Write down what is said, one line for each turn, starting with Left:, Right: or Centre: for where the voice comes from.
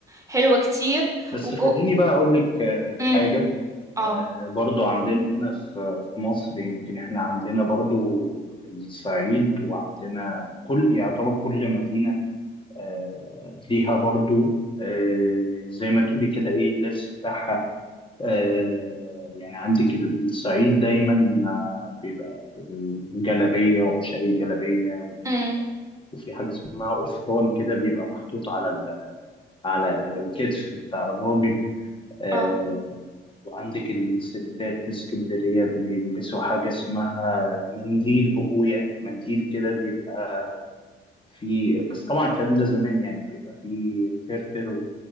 Right: حلوة كتير
Left: بس
Right: وجو...
Left: خليني بقى اقول لك آه،
Right: مم.
Left: حاجة
Right: اه
Left: آه، برضو عندنا هنا في في مصر يمكن احنا عندنا برضو الصعيد وعندنا كل يعتبر كل مدينة آه، ليها برضو آه، زي ما تقولي كده ايه اللبس بتاعها آه، يعني عندك ال- الصعيد دايما آه، بيبقى الجلابية ومش أي جلابية وفي
Right: مم.
Left: وفي حاجة اسمها قفطان كده بيبقى محطوط على ال- على على الكتف بتاع الراجل آه،
Right: اه
Left: وعندك الستات في اسكندرية بيلبسوا حاجة اسمها منديل بقوية منديل كده بيبقى في بس طبعا الكلام ده زمان يعني بيبقى فيه ترتر و-